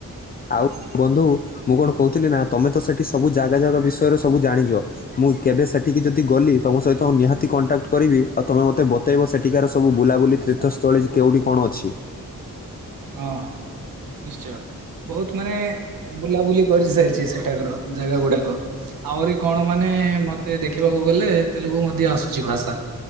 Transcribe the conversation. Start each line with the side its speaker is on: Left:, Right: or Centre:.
Left: ଆଉ
Right: ହୁଁ,
Left: ବନ୍ଧୁ। ମୁଁ କଣ କହୁଥିଲି ନା ତମେ ତ ସେଠି ସବୁ ଜାଗା ଜାଗା ବିଷୟରେ ସବୁ ଜାଣିଛ। ମୁଁ କେବେ ସେଠିକି ଯଦି ଗଲି ତମ ସହିତ ନିହାତି କଣ୍ଟାକ୍ଟ କରିବି ଆଉ ତମେ ମତେ ବ ଵତେଇବ ସେଠିକାର ସବୁ ବୁଲାବୁଲି ତୀର୍ଥସ୍ଥଳୀ କେଉଠି କଣ ଅଛି।
Right: ହଁ ହଁ ନିଶ୍ଚୟ ବହୁତ ମାନେ ବୁଲାବୁଲି କରିସାରିଛି ସେଠାକର। ଜାଗା ଗୁଡାକ। ଆହୁରି କଣ ମାନେ ମତେ ଦେଖିବାକୁ ଗଲେ ତେଲୁଗୁ ମଧ୍ୟ ଆସୁଛି ଭାଷା